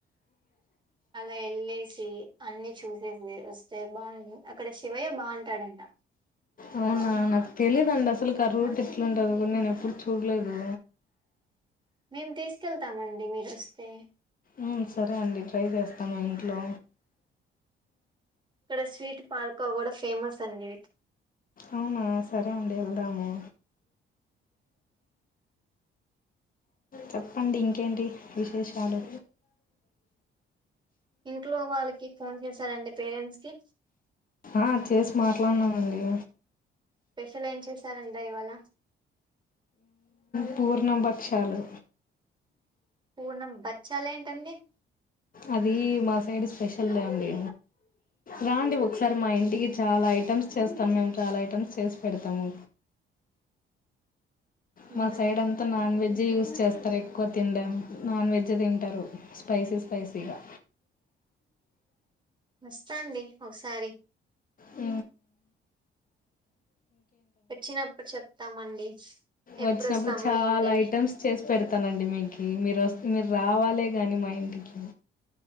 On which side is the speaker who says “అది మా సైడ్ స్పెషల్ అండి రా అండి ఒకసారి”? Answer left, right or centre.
Left